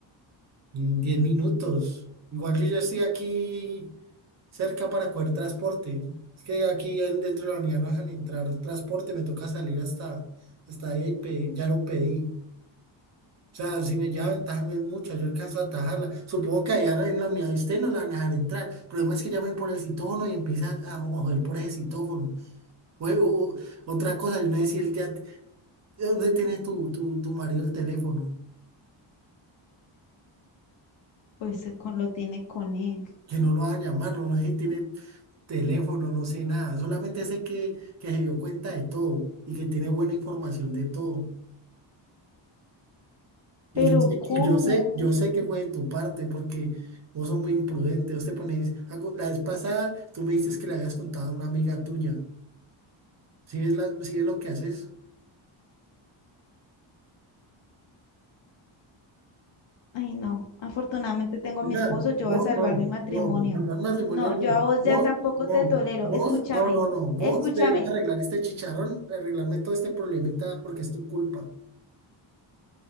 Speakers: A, on the right (about 35°); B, on the left (about 65°).
A: en 10 minutos. Igual yo ya estoy aquí cerca para coger transporte. Es que aquí en- dentro de la unidad no dejan entrar transporte, me toca salir hasta, hasta ahí y pe- ya lo pedí. O sea, si me lleva ventaja no es mucha, yo alcanzo a atajarla. Supongo que allá en la unidad de usted no la van a dejar entrar. El problema es que llamen por el citófono y empiezan a, jo- a joder por ese citófono. o- o- otra cosa, yo no sé si él ya ¿Dónde tiene tu, tu, tu marido el teléfono?
B: Pues eh, con, lo tiene con él.
A: Que no lo va a llamar, no no sé si tiene teléfono, no sé nada. Solamente sé que, que se dio cuenta de todo y que tiene buena información de todo. Y
B: Pero
A: yo sé,
B: ¿cómo?
A: y yo sé, yo sé que fue de tu parte porque vos sos muy imprudente. Vos te pones, algo- la vez pasada tú me dices que le habías contado a una amiga tuya. ¿Sí ves, la, sí ves lo que haces?
B: Ay, no. Afortunadamente tengo
A: Pilar,
B: a mi esposo, yo voy
A: vos
B: a salvar
A: no,
B: mi matrimonio.
A: no, no, no, matrimonio
B: No, yo
A: no.
B: a vos ya
A: Vos
B: tampoco
A: no,
B: te tolero.
A: vos
B: Escúchame,
A: no, no, no. Vos
B: escúchame.
A: deberías arreglar este chicharrón, arreglarme todo este problemita porque es tu culpa.